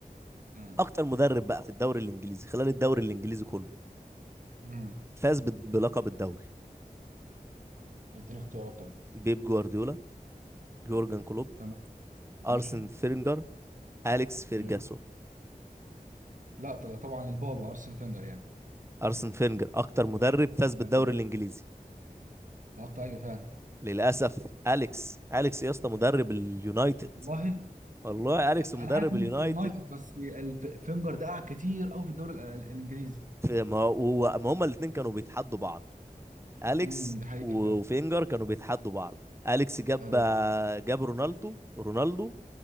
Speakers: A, on the right; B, on the right.
A: امم
B: اكتر مدرب بقى في الدوري الانجليزي خلال الدوري الانجليزي كله
A: امم
B: فاز بت- بلقب الدوري
A: اديني اختيارات طيب
B: بيب جوارديولا يورجن كلوب
A: تمام ماشي
B: ارسن فينجر اليكس فيرجاسون
A: ايوه لا ط- طبعا البابا ارسنال فينجر يعني
B: ارسن فينجر اكتر مدرب فاز
A: أنا
B: بالدوري الانجليزي
A: لقطت ايوه فعلا
B: للاسف اليكس اليكس يا اسطى مدرب اليونايتد
A: والله
B: والله اليكس
A: يعني
B: مدرب
A: انا عارف ان
B: اليونايتد
A: هو بتاع اليونايتد بس الف- فينجر ده قعد كتير قوي في الدوري ال- الانجليزي
B: في ما هو ما هما الاثنين كانوا بيتحدوا بعض اليكس
A: امم ده حقيقه
B: وفينجر
A: فعلا
B: كانوا بيتحدوا بعض اليكس جاب
A: ده حقيقه
B: جاب رونالدو رونالدو